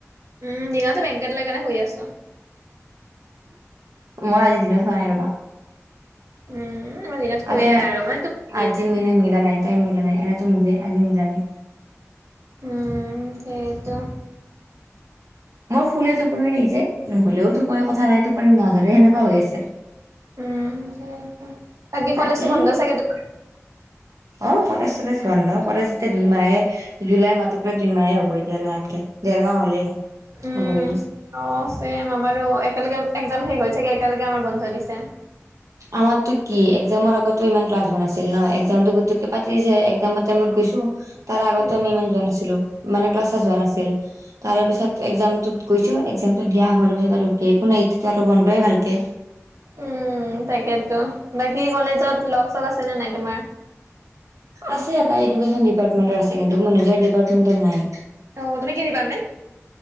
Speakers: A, on the right; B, on the right.
A: উম, দিনতে ব্লেংকেট লৈ কেনে শুই আছো।
B: মই আজি দিনত শুৱা নাই ৰবা।
A: উম মই দিনত শুৱে
B: আজি মাই
A: আৰু মানে টোপনি
B: আজি
A: আহে
B: মিনে মিলা নাই টাইম মিলা নাই এনেতো মিলে আজি মিলা নাই।
A: উম, সেইতো।
B: মই শুলে টোপনি আহি যায় নুশুলেও টোপনি কথা নাই টোপনি নধৰে সেনেকুৱা হৈ আছে।
A: উম, হয়েতা বাকি
B: বাকী
A: কলেজটো বন্ধ চাগে তোমাৰ?
B: অ কলেজ চলেজ বন্ধ কলেজ যেতিয়া দুই মাহে জুলাই মাহটোক লৈ দুই মাহে হ'ব এতিয়া লাহেতকে দেৰ মাহ হ'লেই
A: উম
B: ক'ব গিলি।
A: অ ছেম আমাৰো একেলগে একজাম শেষ হৈছেগে এতিয়ালেকে আমাৰ বন্ধ দিছে।
B: আমাৰতো কি একজামৰ আগতো ইমান ক্লাছ হোৱা নাছিল ন একজামতো পুটোকে পাতি দিছে একজামত টাইমত গৈছো তাৰ আগতো
A: উম
B: আমি ইমান যোৱা নাছিলো মানে ক্লাছ চাচ হোৱা নাছিল। তাৰ পিছত
A: উম
B: একজামটোত গৈছো একজামটো দিয়া হোৱাৰ পিছত আৰু একো নাই এতিয়াটো আৰু বন্ধয়ে ভালকে।
A: উম তাকে ত বাকী কলেজত লগ চগ আছেনে নাই তোমাৰ?
B: আছে এটা এডুকেশ্যন ডিপাৰ্টমেণ্ট আছে কিন্তু মই নিজৰ ডিপাৰ্টমেন্টত নাই।
A: অ তুমি কি ডিপাৰ্টমেন্ট?